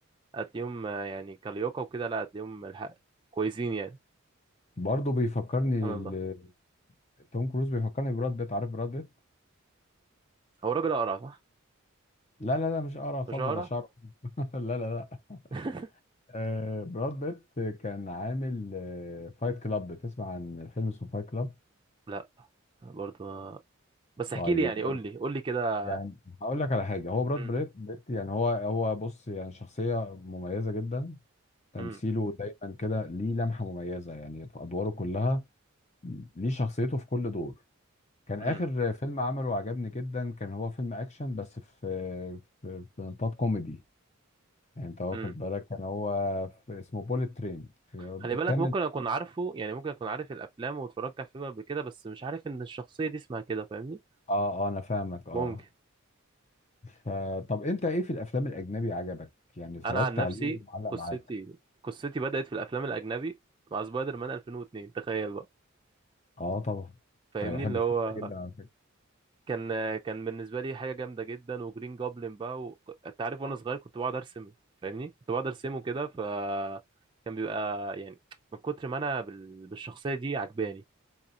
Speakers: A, on the right; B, on the left.
A: هتلاقيهم آه، يعني كلياقة وكده لا هتلاقيهم الحق كويسين يعني
B: برضه بيفكرني
A: سبحان
B: ال-
A: الله
B: توم كروز بيفكرني براد بيت عارف براد بيت
A: هو راجل أقرع صح؟
B: لا لا لا مش قرع خالص
A: مش أقرع؟
B: ده شعره <laughs> لا لا لا
A: <laughs>
B: آه براد بيت كان عامل آه فايت كلاب تسمع عن فيلم اسمه فايت كلاب
A: لا برضو بس
B: طيب
A: احكي لي يعني
B: برضه
A: قول لي قول لي كده
B: يعني هقول لك على حاجه هو براد
A: مم.
B: بيت بيت يعني هو هو بص يعني شخصيه مميزه جدا تمثيله
A: مم.
B: دايما كده ليه لمحه مميزه يعني في ادواره كلها ليه شخصيته في كل دور كان
A: مم.
B: اخر فيلم عمله عجبني جدا كان هو فيلم اكشن بس في في, في نطاق كوميدي يعني انت واخد
A: مم.
B: بالك كان هو في اسمه بوليت ترين
A: خلي بالك
B: كانت
A: ممكن اكون عارفه يعني ممكن اكون عارف الافلام واتفرجت على فيلم قبل كده بس مش عارف ان الشخصيه دي اسمها كده فاهمني
B: اه اه انا فاهمك اه
A: ممكن
B: فطب انت ايه في الافلام الاجنبي عجبك يعني اتفرجت
A: انا عن نفسي
B: عليه معلق
A: قصتي
B: معاك
A: قصتي بدات في الافلام الاجنبي مع سبايدر مان 2002 تخيل بقى
B: اه طبعا
A: فاهمني
B: انا بحب
A: اللي
B: الفيلم
A: هو
B: ده جدا على فكره
A: كان كان بالنسبه لي حاجه جامده جدا وجرين جوبلin بقى و... انت عارف وانا صغير كنت بقعد ارسم فاهمني كنت بقعد ارسمه كده ف كان بيبقى يعني من كتر ما انا بال... بالشخصيه دي عجباني